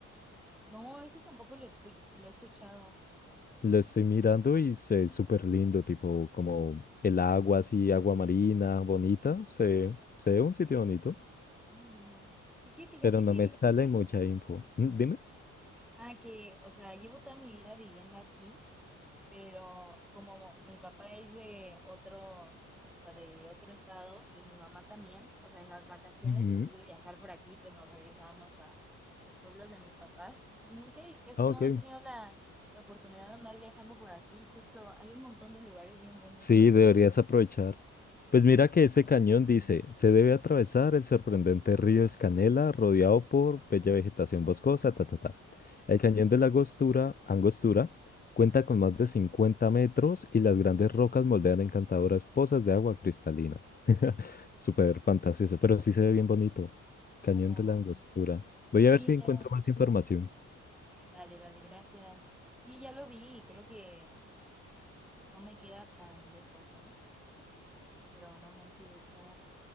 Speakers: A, in the centre; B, on the left (about 30°).
A: No, ese tampoco lo escu- lo he escuchado.
B: Lo estoy mirando y se ve súper lindo, tipo como el agua así, agua marina, bonita. Se, se ve un sitio bonito,
A: Ah, mira. Es que fíjate
B: pero no
A: que,
B: me sale mucha info. Mm, Dime.
A: ah, que, o sea, llevo toda mi vida viviendo aquí pero como mi papá es de otro, o sea, de otro estado y mi mamá también, o sea, en las vacaciones
B: Ujú.
A: en vez de viajar por aquí, pues nos regresábamos a los pueblos de mis papás y nunca, y casi
B: Ah,
A: no
B: ok.
A: he tenido la, la oportunidad de andar viajando por aquí, justo hay un montón de lugares bien bonitos.
B: Sí, deberías aprovechar. Pues mira que
A: Sí,
B: ese cañón dice, se debe atravesar el sorprendente río Escanela, rodeado por bella vegetación boscosa, ta, ta, ta. El cañón de la Angostura, Angostura cuenta con más de 50 metros y las grandes rocas moldean encantadoras pozas de agua cristalina. <laughs> Súper fantasioso, pero sí se ve bien bonito. Cañón
A: ala,
B: de la Angostura. Voy
A: sí,
B: a ver si encuentro
A: ya,
B: más información.
A: dale, dale, gracias. Sí, ya lo vi y creo que no me queda tan lejos, ¿eh? Pero no manches, está...